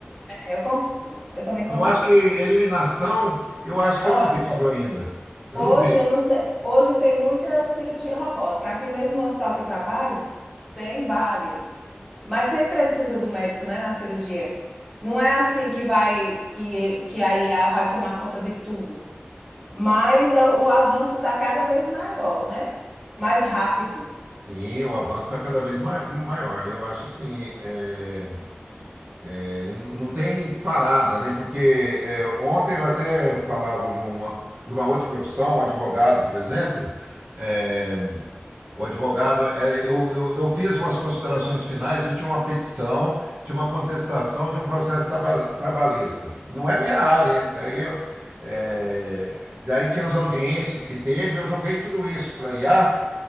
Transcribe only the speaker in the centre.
É, eu concordo. Eu também concordo.
Olhe,
Hoje
eu não sei, hoje tem muita cirurgia robótica. Aqui mesmo no hospital que eu trabalho, tem várias. Mas sempre precisa do médico, né, na cirurgia. Não é assim que vai que ele- que a IA vai tomar conta de tudo. Mas é, o avanço está cada vez maior, né? Mais rápido.